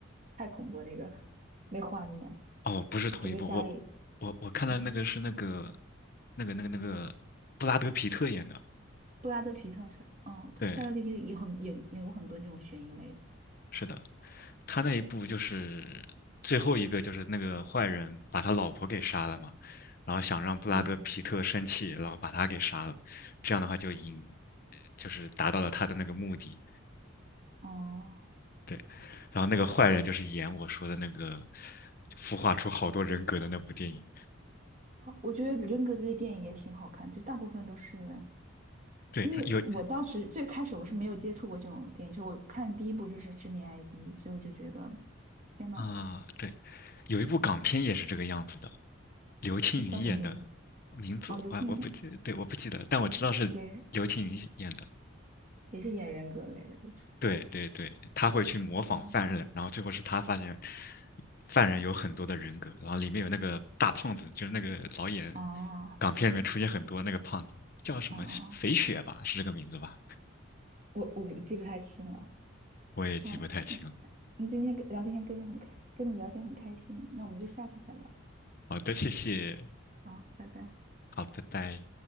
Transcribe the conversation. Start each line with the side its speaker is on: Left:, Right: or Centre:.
Right: 太恐怖了那个那画面，
Left: 哦，不是同一部，
Right: 整个家里，
Left: 我我我看到那个是那个
Right: 嗯，
Left: 那个那个那个布拉德皮特演的，
Right: 布拉德皮特是，嗯，布拉德皮特也很也演过很多那种悬疑类的，
Left: 对，是的，他那一部就是最后一个就是那个坏人把他老婆给杀了嘛，然后想让布拉德皮特生气，
Right: 嗯，
Left: 然后把他给杀了，这样的话就引就是达到了他的那个目的，
Right: 哦，
Left: 对，然后那个坏人就是演我说的那个孵化出好多人格的那部电影。
Right: 我觉得人格类电影也挺好看，就大部分都是，
Left: 对，
Right: 因为我当时最开始我是没有接触过这种电影，
Left: 有
Right: 所以我看第一部就是《致命 ID》，所以我就觉得，天呐，
Left: 啊，对，有一部港片也是这个样子的，刘青云演的，
Right: 这叫什么名字？
Left: 名字我我不记，
Right: 哦，刘青云
Left: 对，我不记得，但我知道是刘青云演的。
Right: 也也是演人格类的，就是，
Left: 对对对，他会去模仿犯人，
Right: 嗯，
Left: 然后最后是他发现犯人有很多的人格，然后里面有那个大胖子，就是那个老演
Right: 哦，
Left: 港片里面出现很多那个胖子，叫什么肥雪吧，
Right: 哦哦，哦
Left: 是这个名字吧？
Right: 我我不记不太清了。
Left: 我也记不太清了。
Right: 好，嗯，嗯，今天跟聊天跟你很开，跟你聊天很开心，那我们就下次再聊
Left: 好的，谢谢，
Right: 啊，拜拜。
Left: 好，拜拜。